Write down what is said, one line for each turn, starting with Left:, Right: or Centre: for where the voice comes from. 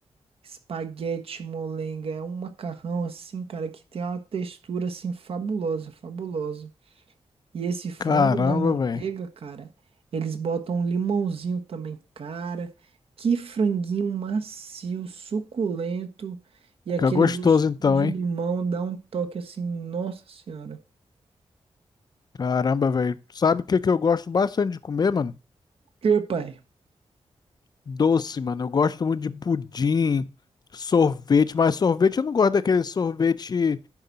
Right: espaguete molenga, é um macarrão assim, cara, que tem uma textura assim fabulosa, fabulosa. E esse frango
Left: Caramba,
Right: na manteiga,
Left: velho.
Right: cara, eles botam um limãozinho também, cara. Que franguinho macio, suculento e
Left: Fica
Right: aquele
Left: gostoso
Right: gostinho
Left: então,
Right: de
Left: hein?
Right: limão dá um toque assim, nossa senhora.
Left: Caramba, velho. Sabe o que que eu gosto bastante de comer, mano?
Right: Meu pai,
Left: Doce, mano. Eu gosto muito de pudim, sorvete, mas sorvete eu não gosto daquele sorvete